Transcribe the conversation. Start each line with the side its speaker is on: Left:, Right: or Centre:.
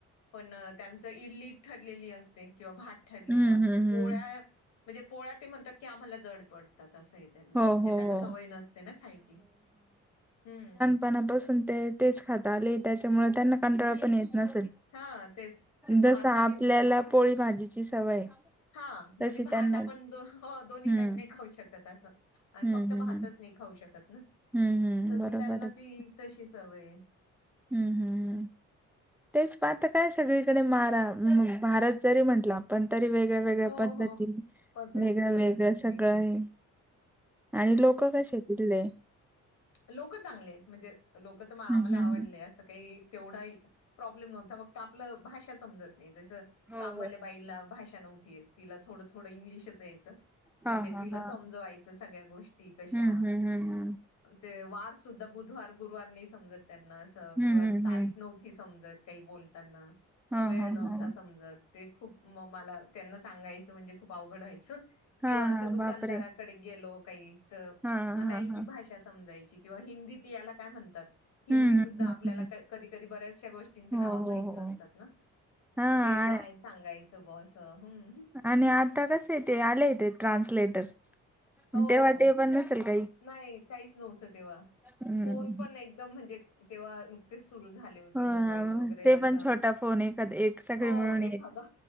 Left: पण, त्यांचं इडली ठरलेली असते किंवा भात ठरलेला
Centre: हम्म
Left: असतो.
Centre: हम्म
Left: पोळ्या
Centre: हम्म
Left: म्हणजे पोळ्या ते म्हणतात की आम्हाला जड पडतात असं असयं. त्यांना,
Centre: हो
Left: म्हणजे
Centre: हो
Left: त्यांना
Centre: हो
Left: सवय नसते ना खायची. हम्म.
Centre: पणापासून ते तेच खात आले, त्याच्यामुळे त्यांना कंटाळा पण येत नसेल.
Left: हां, तेच ते भात
Centre: जस
Left: आणि
Centre: आपल्याला पोळी भाजीची सवय
Left: हां, म्हणजे
Centre: तशी
Left: भात
Centre: त्यांना
Left: आपण दो, हो दोन्ही
Centre: हम्म
Left: टाईम नाही खाऊ शकत असं. आणि
Centre: हम्म
Left: फक्त
Centre: हम्म
Left: भातचं
Centre: हम्म
Left: नाही खाऊ शकत ना,
Centre: हम्म हम्म
Left: तस
Centre: बरोबरच
Left: त्यांना ती तशी सवय हेय.
Centre: हम्म. हम्म हम्म तेच पाहता काय सगळीकडे मारा, महाराज जरी म्हटला पण तरी वेगळ्या- वेगळ्या
Left: हो,
Centre: पद्धती,
Left: हो. पद्धती
Centre: वेगळ्या-
Left: सगळ्याच
Centre: वेगळ
Left: गोष्टी
Centre: सगळं हाय. आणि लोक कशे तिथले?
Left: लोक चांगले आहेत, म्हणजे लोक तर आम्हाला
Centre: हम्म हम्म
Left: आवडले
Centre: हम्म.
Left: असं काही तेवढा ही, प्रॉब्लेम नव्हता, फक्त आपलं भाषा समजत नाही, जसं
Centre: हो
Left: कामवाल्या
Centre: हो
Left: बाईला भाषा नव्हती येत, तिला थोडं -थोडं इंग्लिशच यायचं. मग
Centre: हा
Left: ते
Centre: हा
Left: तिला
Centre: हा
Left: समजवायचं सगळ्या गोष्टी कशा
Centre: हम्म हम्म हम्म
Left: ते वार सुद्धा बुधवार, गुरुवार नाही समजत त्यांना असं,
Centre: हम्म
Left: किंवा
Centre: हम्म हम्म
Left: तारीख
Centre: हम्म
Left: नव्ह- समजत काही बोलताना,
Centre: हा
Left: वेळ
Centre: हा
Left: नव्हता
Centre: हा
Left: समजत, ते खूप म, मला त्यांना सांगायचं म्हणजे खूप अवघड व्हायचं किंवा
Centre: हा
Left: असं
Centre: हा
Left: दुकानदाराकडे
Centre: बापरे
Left: गेलो, काही त,
Centre: हा
Left: मग
Centre: हा
Left: नाही
Centre: हा
Left: ती भाषा समजायची किंवा हिंदीत याला काय म्हणतात. हिंदी
Centre: हम्म
Left: सुुद्धा
Centre: हम्म हम्म
Left: आपल्याला
Centre: हम्म
Left: क, कधी-कधी बऱ्याचश्या गोष्टींचे नाव
Centre: हो
Left: माहित
Centre: हो हो
Left: नसतात ना.
Centre: हा
Left: तर ते काय
Centre: आ-
Left: सांगायचं ब असं हम्म.
Centre: आणि आता कसे ते आलयं ते ट्रान्सलेटर.
Left: हो, हो
Centre: तेव्हा ते पण नसेल काही
Left: नाही काहीच नव्हतं तेव्हा,
Centre: हम्म
Left: फोन पण एकदम म्हणजे तेंव्हा नुकतीच सुरू झाले. होते.
Centre: हा,
Left: मोबाईल वगैरे
Centre: ते
Left: असं,
Centre: पण छोटा फोन एखाद एक सगळे
Left: हो
Centre: मिळून
Left: एखादा.